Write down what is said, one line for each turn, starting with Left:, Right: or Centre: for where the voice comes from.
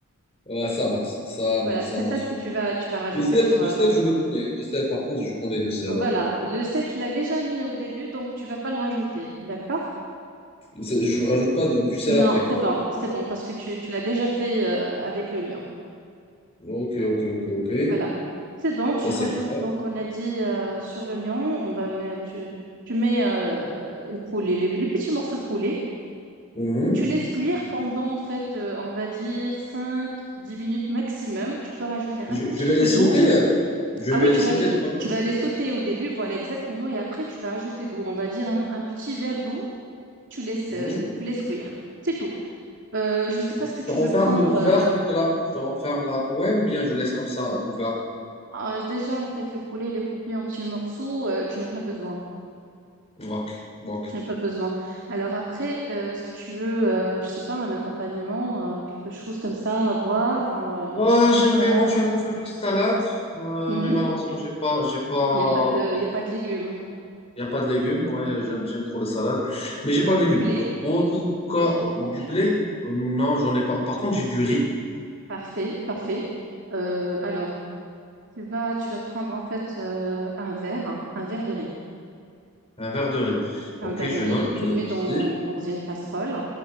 Left: ouais, ça marche. Ça marche,
Right: Voilà,
Left: ça
Right: c'est
Left: marche.
Right: ça ce que tu vas, tu vas rajouter
Left: Le sel,
Right: sur.
Left: le
Right: euh,
Left: sel, je le connais. Le sel, par contre, je connais le sel.
Right: voilà,
Left: hein.
Right: le sel, tu l'as déjà mis au début, donc tu vas pas le rajouter. D'accord?
Left: Le sel, Je ne rajoute pas de- du sel
Right: Non,
Left: après.
Right: c'est bon, c'est bon, parce que tu, tu l'as déjà fait euh, avec l'oignon.
Left: Ok, ok, ok, ok.
Right: Voilà. C'est bon, tu
Left: Ça, c'est
Right: rajoutes,
Left: clair.
Right: donc on a dit euh, sur l'oignon, on va mettre, tu, tu mets euh, le poulet, les, les petits morceaux de poulet.
Left: Mhm.
Right: Tu laisses cuire pendant, en fait, euh, on va dire cinq dix minutes maximum. Tu peux rajouter un
Left: Je,
Right: petit
Left: je vais
Right: peu
Left: les sauter.
Right: d'eau.
Left: euh. Je
Right: Ah
Left: vais
Right: oui,
Left: les
Right: tu
Left: sauter
Right: vas les,
Left: dans la poêle.
Right: tu vas les sauter au début, voilà exactement. Et après, tu vas rajouter d'eau. On va dire un, un petit verre d'eau. Tu laisses,
Left: Mhm.
Right: euh, tu laisses cuire. C'est tout. Euh, je ne sais pas ce que
Left: Je
Right: tu
Left: renferme
Right: veux prendre.
Left: le couvercle
Right: euh,
Left: de la... Je renferme la poêle ou bien je laisse comme ça ouvert.
Right: ah, déjà, en fait, le poulet, il est coupé en petits morceaux. euh, tu n'as pas besoin.
Left: Ok, ok,
Right: Je
Left: ok.
Right: n'ai pas besoin. Alors après, euh, est-ce que tu veux, euh, je sais pas, un accompagnement, euh, quelque chose comme ça à boire, euh, une
Left: Ouais,
Right: petite
Left: j'aimerais
Right: salade?
Left: éventuellement faire une salade, euh,
Right: Mhm.
Left: mais malheureusement, j'ai pas, j'ai pas
Right: Il n'y a pas de, il y a pas de légumes.
Left: Il n'y a pas de légumes. Ouais, j'aime, j'aime trop les salades. Mais j'ai
Right: Hum,
Left: pas de légumes.
Right: Blé?
Left: En tout
Right: Blé?
Left: cas,
Right: Non?
Left: du blé, euh, non, j'en ai pas. Par contre, j'ai du riz.
Right: Parfait, parfait. Euh, alors, tu vas, tu vas prendre en fait euh, un verre, hein, un verre de riz,
Left: Un verre de riz.
Right: un
Left: Ok,
Right: verre
Left: je
Right: de riz.
Left: note, je
Right: Tu
Left: note
Right: le mets
Left: aussi.
Right: dans, dans une casserole